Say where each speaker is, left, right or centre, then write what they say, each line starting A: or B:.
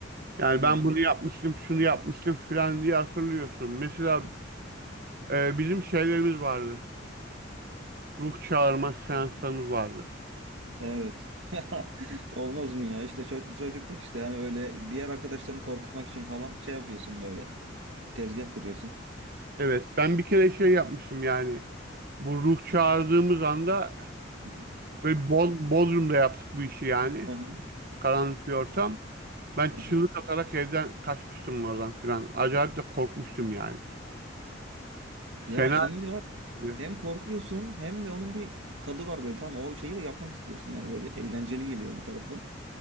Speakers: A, on the right; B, on the right.
A: Yani
B: Evet.
A: ben bunu yapmıştım, şunu yapmıştım filan diye hatırlıyorsun. Mesela e, bizim şeylerimiz vardı. Ruh çağırma seanslarımız vardı.
B: Evet. <laughs> Olmaz mı ya? İşte ço- çocukluk işte yani öyle diğer arkadaşlarını korkutmak için falan şey yapıyorsun böyle. Bir tezgah kuruyorsun.
A: Evet, ben bir kere şey yapmıştım yani. Bu ruh çağırdığımız anda
B: Hı
A: böyle Bod- Bodrum'da yaptık bu işi yani.
B: hı.
A: Karanlık bir ortam. Ben
B: Hı
A: çığlık
B: hı.
A: atarak evden kaçmıştım oradan filan. Acayip de korkmuştum yani.
B: Ya
A: Fena.
B: şimdi var ya,
A: E,
B: hem korkuyorsun hem de onun bir tadı var böyle tamam o şeyi de yapmak istiyorsun yani böyle eğlenceli geliyor bir tarafı.